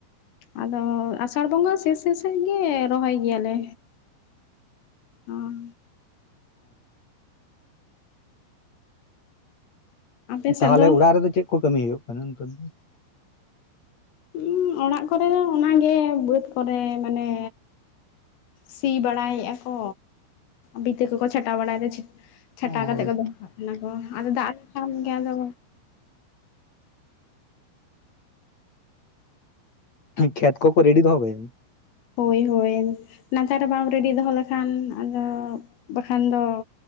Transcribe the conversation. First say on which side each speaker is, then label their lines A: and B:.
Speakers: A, on the left; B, on the left.
A: ᱟᱫᱚ ᱟᱥᱟᱲ ᱵᱚᱸᱜᱟ ᱥᱮᱥ ᱥᱮᱥ ᱮᱫ ᱜᱮ ᱨᱚᱦᱚᱭ ᱜᱮᱭᱟᱞᱮ ᱚᱸ ᱟᱯᱮ
B: ᱚᱸ ᱛᱟᱦᱚᱞᱮ
A: ᱥᱮᱫ ᱫᱚ
B: ᱚᱲᱟᱜ ᱨᱮᱫᱚ ᱪᱮᱫ ᱠᱚ ᱠᱟᱹᱢᱤ ᱦᱩᱭᱩᱜ ᱠᱟᱱᱟ ᱱᱤᱛᱚᱜ ᱫᱚᱼᱼ
A: ᱦᱩᱸ ᱚᱲᱟᱜ ᱠᱚᱨᱮ ᱫᱚ ᱚᱱᱟ ᱜᱮ ᱵᱟᱹᱫᱽ ᱠᱚᱨᱮ ᱢᱟᱱᱮ ᱥᱤ ᱵᱟᱲᱟᱭᱮᱫ-ᱟᱠᱚ ᱵᱤᱛᱟᱹ ᱠᱚᱠᱚ ᱪᱷᱟᱴᱟᱣ ᱵᱟᱲᱟᱭᱟ ᱫᱟ ᱪᱷᱟᱴᱟᱣ
B: ᱚ
A: ᱠᱟᱛᱮ ᱠᱚ ᱫᱚᱦᱚ ᱠᱟᱜ ᱠᱟᱱᱟ ᱠᱚ ᱟᱫᱚ ᱫᱟᱜ ᱨᱮ ᱠᱷᱟᱱ ᱜᱮ ᱟᱫᱚᱼᱼ
B: ᱠᱷᱮᱛ ᱠᱚᱠᱚ ᱨᱮᱰᱤ ᱫᱚᱦᱚ <unintelligible>
A: ᱦᱳᱭ ᱦᱳᱭ ᱱᱮᱛᱟᱨ ᱨᱮ ᱵᱟᱢ ᱨᱮᱰᱤ ᱫᱚᱦᱚ ᱞᱮᱠᱷᱟᱱ ᱟᱫᱚ ᱵᱟᱠᱷᱟᱱ ᱫᱚ